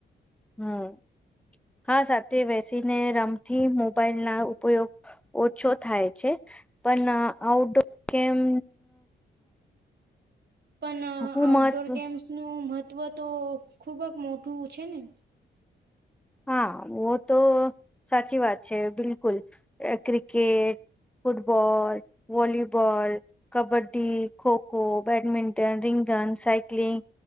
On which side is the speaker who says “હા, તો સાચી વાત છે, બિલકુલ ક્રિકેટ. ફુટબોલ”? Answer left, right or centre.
Centre